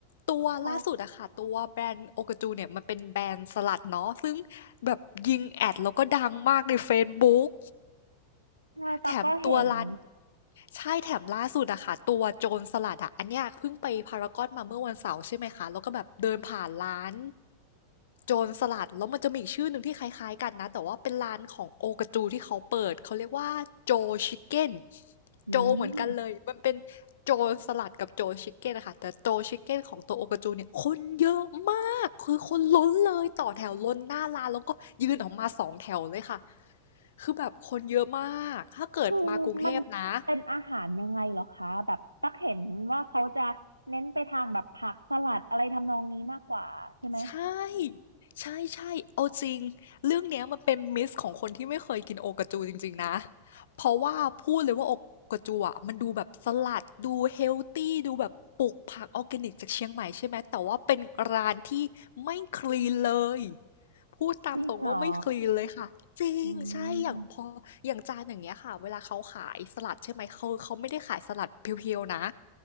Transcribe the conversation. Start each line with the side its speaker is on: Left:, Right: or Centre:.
Left: ตัวล่าสุดอะค่ะตัวแบรนด์โอกาจูเนี่ยมันเป็นแบรนด์สลัดเนาะซึ่ง
Right: ช็อก
Left: แบบยิงแอดแล้วก็ดังมากในเฟซบุ๊ก
Right: ใช่ตักก็เห็น
Left: แถมตัวร้านใช่แถมล่าสุดอะค่ะตัวโจรสลัดอะอันเนี้ยเพิ่งไปพารากอนมาเมื่อวันเสาร์ใช่ไหมคะแล้วก็แบบเดินผ่านร้านโจรสลัดแล้วมันจะมีอีกชื่อหนึ่งที่คล้ายๆกันนะแต่ว่าเป็นร้านของโอกาจูที่เขาเปิดเขาเรียกว่าโจชิคเก้น
Right: อืม
Left: โจเหมือนกันเลยมันเป็นโจรสลัดกับโจชิคเก้นนะคะแต่โจชิคเก้นของตัวโอกาจูเนี่ยคนเยอะมากคือคนล้นเลยต่อแถวล้นหน้าร้านแล้วก็ยืนออกมาสองแถวเลยค่ะ คือแบบคนเยอะมาก ถ้าเกิดมากรุงเทพนะ
Right: คือมันเป็นอาหารยังไงเหรอคะแบบตักเห็นว่าเขาจะเน้นไปทางแบบผักสลัดอะไรทำนองนี้มากกว่าใช่ไหม
Left: ใช่ ใช่ใช่เอาจริง เรื่องเนี้ยมันเป็นมิสของคนที่ไม่เคยกินโอกาจูจริงๆนะ เพราะว่าพูดเลยว่าโอกาจูอ่ะมันดูแบบสลัดดูเฮลตี้ดูแบบปลูกผักออร์แกนิกจากเชียงใหม่ใช่ไหม แต่ว่าเป็นร้านที่ไม่คลีนเลยพูดตามตรงว่าไม่คลีนเลยค่ะจริง
Right: จริงเหรออืม
Left: ใช่ อย่างพออย่างจานอย่างเงี้ยค่ะ เวลาเขาขายสลัดใช่ไหมเขาเขาไม่ได้ขายสลัดเพียวๆนะ